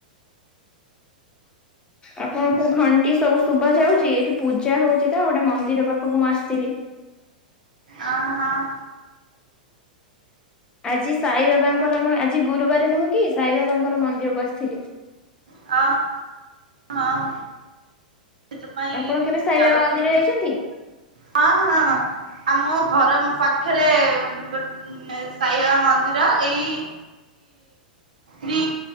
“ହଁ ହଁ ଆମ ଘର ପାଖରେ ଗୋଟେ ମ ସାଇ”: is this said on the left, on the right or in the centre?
Right